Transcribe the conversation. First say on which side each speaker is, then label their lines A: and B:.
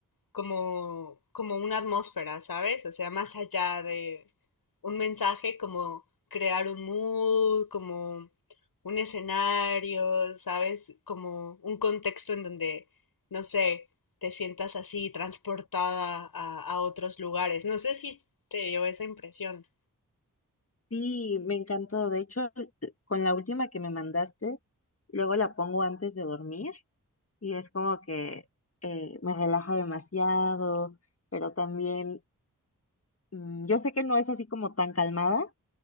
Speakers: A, on the left; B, on the left.
A: como, como una atmósfera, ¿sabes? O sea, más allá de un mensaje, como crear un mood, como un escenario, ¿sabes? Como un contexto en donde, no sé, te sientas así transportada a, a otros lugares. No sé si te dio esa impresión.
B: Sí, me encantó. De hecho, eh, con la última que me mandaste, luego la pongo antes de dormir y es como que eh, me relaja demasiado, pero también, mm, yo sé que no es así como tan calmada,